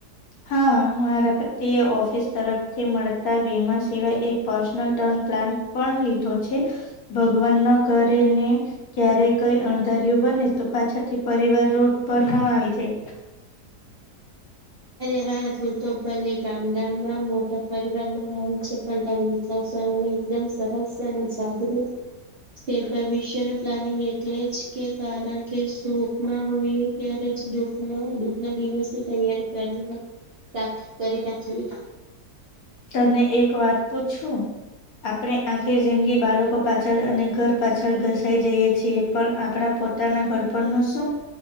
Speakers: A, on the left (about 65°); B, on the right (about 50°).
A: હા મારા પતિ એ ઓફિસ તરફથી મળતા વીમા સિવાય એક પર્સનલ ટર્ન પ્લાન પણ લીધો છે, ભગવાન ના કરેને ક્યારેય કઈ અણધારીયુ બને તો પાછળથી પરિવાર રોડ પર ન આવી જાય.
B: અરે વા તું તો ભલે ગામ ગામમાં મોટા પરિવારમાં રહે છે પણ તારી સરોહી એકદમ સરસ અને જાગૃત તે ભવિષ્ય નુ પ્લાનિંગ એટલે જ કે કારણ કે સુખમાં હોઈએ ત્યારે જ દુખ દુઃખ ના દિવસ ની તૈયારી કરી રાખ કરી રાખવી.
A: તને એક વાત પૂછું? આપણે આખી જિંદગી બાળકો પાછળ અને ઘર પાછળ ઘસાઈ જઈએ છીએ પણ આપણા પો તાના ઘડપણ નુ શું?